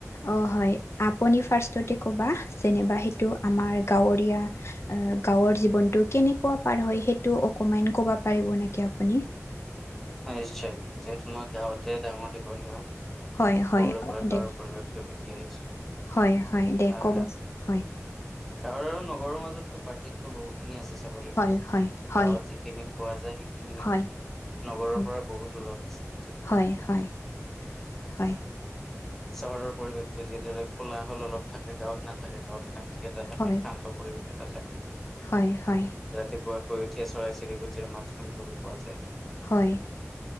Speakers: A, on the left; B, in the centre.
A: অ হয়। আপুনি ফাৰ্ষ্টতে ক'বা যেনেবা সেইটো আমাৰ গাঁৱৰীয়া। আহ গাঁৱৰ জীৱনতটো কেনেকুৱা পাৰ হয় সেইটো অকমান কব পাৰিব নেকি আপুনি।
B: হয় নিশ্চয় যে মই গাঁৱতে ডাঙৰ দীঘল হোৱা।
A: হয় হয়
B: সৰুৰে পৰা গাঁৱৰ
A: দে
B: পৰিৱেশটো দেখি আহিছো।
A: হয় হয় দে
B: আহ,
A: ক'বচোন হয়।
B: গাঁৱৰ আৰু নগৰৰ মাজতো পাৰ্থক্য বহুতখিনি আছে চাবলৈ
A: হয়
B: গলে।
A: হয় হয়
B: গাঁৱত যিখিনি পোৱা যায় সেইখিনি
A: হয়
B: নগৰৰ
A: হয়
B: পৰা বহুত দূৰত আচলতে।
A: হয় হয়। হয়
B: অহ, চহৰৰ পৰিৱেশতো যিদৰে কোলা হল অলপ থাকে গাঁৱত নাথাকে গাঁৱত শান্তি এটা থাকে
A: হয়
B: শান্ত, পৰিৱেশ এটা থাকে।
A: হয় হয়।
B: ৰাতিপুৱা শুই উঠিয়ে চৰাই চিৰিকুটিৰ মাত শুনিবলৈ পোৱা যায়।
A: হয়।